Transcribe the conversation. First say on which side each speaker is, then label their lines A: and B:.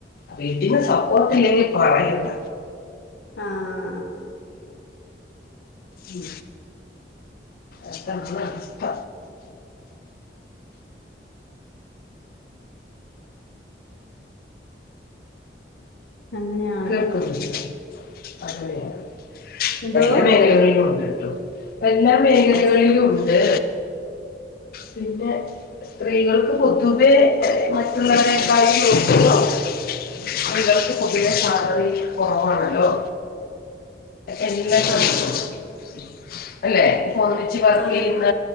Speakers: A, on the left; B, on the left.
A: വീട്ടീന്ന് സ സപ്പോർട്ടില്ലെങ്കി പറയണ്ട
B: ആഹ്
A: ഉം അതാണ് അവസ്ഥ
B: അങ്ങനെയാണ്
A: കേൾക്കുന്നുണ്ട് അങ്ങനെയാണ്
B: എന്തോ
A: എല്ലാ മേഖലകളിലുണ്ട് <unintelligible> എല്ലാ മേഖലകളിലും
B: അതെ
A: ഉണ്ട് പിന്നെ സ്ത്രീകൾക്ക് പൊതുവെ മറ്റുള്ളവരേക്കാളും നോക്കുമ്പം സ്ത്രീകൾക്ക് പൊതുവെ സാലറി കൊറവണല്ലോ എല്ലാ <unintelligible>
B: ആ
A: അല്ലേ ഫോൺ വെച്ച് വർക്കേയ്യുന്ന
B: അതെ